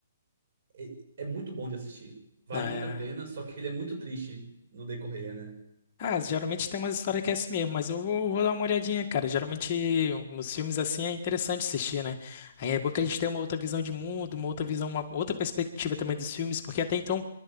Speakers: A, on the right (about 50°); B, on the left (about 30°).
A: é, é muito bom de assistir. Vale
B: Ah,
A: muito
B: é.
A: a pena, só que ele é muito triste no decorrer, né?
B: Ah, geralmente tem umas histórias que é assim mesmo, mas eu vou, vou dar uma olhadinha, cara. Geralmente os filmes assim é interessante assistir, né? Aí é bom que a gente tem uma outra visão de mundo, uma outra visão, uma outra perspectiva também dos filmes, porque até então